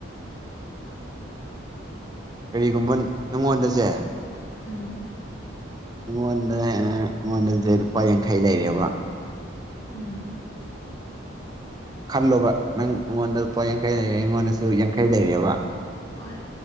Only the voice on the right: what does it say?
ꯀꯔꯤꯒꯨꯝꯕ ꯅꯪꯉꯣꯟꯗꯁꯦ
ꯑꯩꯉꯣꯟꯗ ꯑꯩꯉꯣꯟꯗꯗꯤ ꯂꯨꯄꯥ ꯌꯥꯡꯈꯩ ꯂꯩꯔꯦꯕ
ꯈꯜꯂꯨꯕ ꯅꯪ ꯑꯩꯉꯣꯟꯗ ꯂꯨꯄꯥ ꯌꯥꯡꯈꯩ ꯂꯩꯔꯦ ꯑꯩꯉꯣꯟꯗꯁꯨ ꯌꯥꯡꯈꯩ ꯂꯩꯔꯦꯕ